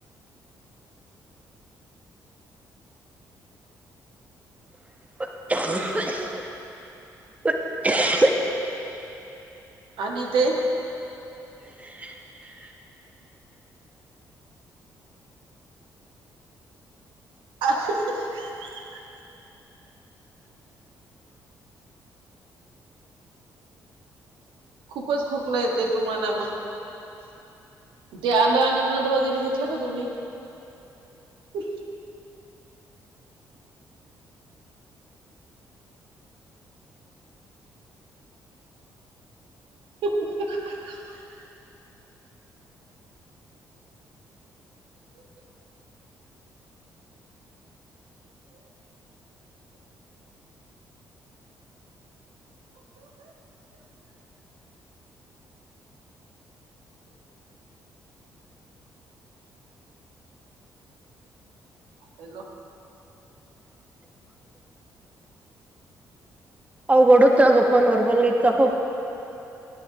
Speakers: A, on the right; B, on the right.
A: <inaudible>
B: आणि ते
A: <unintelligible>
B: <inaudible> खूपच खोकला येतोय तुम्हाला मग ते आलं आणि मध वगैरे घेतलं का तुम्ही? <inaudible> <inaudible> हॅलो.
A: अवघड होतय अगं फोन वर बोलण इतकं.